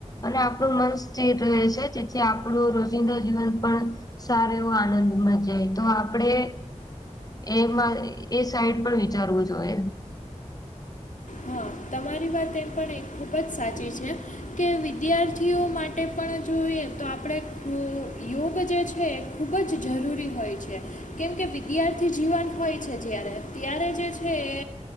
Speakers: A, on the left; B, on the left.
A: અને આપડું મન સ્થિર રહે છે જેથી આપડું રોજિંદા જીવન પણ સારો એવો આનંદમાં જાય તો આપડે એમાં એ એ સાઈડ પર વિચારવું જોએ.
B: હા, તમારી વાત એ પણ એક ખૂબ જ સાચી છે. કે વિદ્યાર્થીઓ માટે પણ જોઈએ તો આપડે યો યોગ જે છે ખૂબ જ જરૂરી હોય છે. કેમકે વિદ્યાર્થી જીવન હોય છે જ્યારે ત્યારે જે છે એ